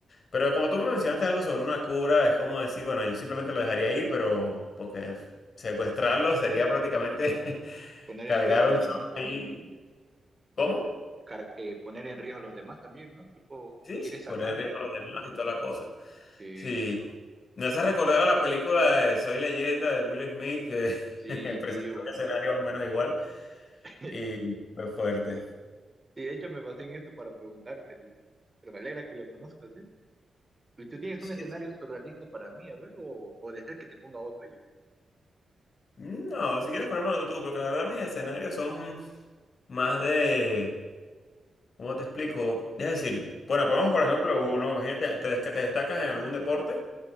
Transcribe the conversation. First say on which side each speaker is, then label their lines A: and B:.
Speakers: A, on the left (about 45°); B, on the right (about 15°).
A: Pero como tú me mencionaste algo sobre una cura, es como decir, bueno, yo simplemente lo dejaría ir, pero porque secuestrarlo sería prácticamente <laughs>
B: Poner
A: cargar
B: en riesgo a los
A: un
B: demás
A: zombie
B: también,
A: ahí.
B: ¿no?
A: ¿Cómo?
B: Car- eh, poner en riesgo a los demás también, ¿no? Tipo,
A: Sí,
B: quieres
A: sí,
B: salvarla,
A: poner en riesgo
B: pero...
A: a los demás y toda la cosa.
B: Sí,
A: Sí. Me hace recordar a la película de Soy Leyenda de Will Smith, que
B: sí,
A: <laughs> presentó
B: sí. uf.
A: un escenario más o menos igual
B: <laughs>
A: y fue fuerte.
B: Sí, de hecho me basé en esto para preguntarte. Lu. Pero me alegra que lo conozcas, ¿eh? ¿Y tú tienes
A: Sí.
B: un escenario surrealista para mí, a ver, o, o deseas que te ponga otro yo
A: No, si quieres ponérmelo tú, porque la verdad mis escenarios son más de ¿Cómo te explico? Es decir, bueno, ponemos por ejemplo uno, imagínate, te, des- que te destacas en algún deporte,